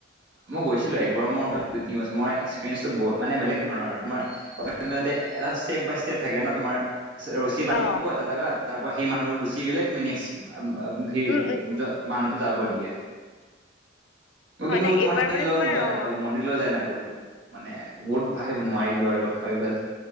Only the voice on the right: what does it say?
মই গৈছিলো একবাৰ মই হ'ল দুই তিন বছৰ মই এক্সৰিয়েন্ঞ্চটো মানে বেলেগ ধৰণৰ আৰু তোমাৰ ষ্টেপ বাই ষ্টেপ থাকে ন তোমাৰ ৰছী বান্ধি
দিব এটা জাগাত তাৰ পৰা সেই মানুহ গুচি গলে তুমি নেক্সট্ ভিৰ
মানুহতো যাব
দিয়ে। মই
কিন্তু
তোমাৰ
সেই
যাই
নাপালো মন্দিৰলৈ যাই নাপালো মানে বহুত ভাই নোৱাৰিলো আৰু হয় গল।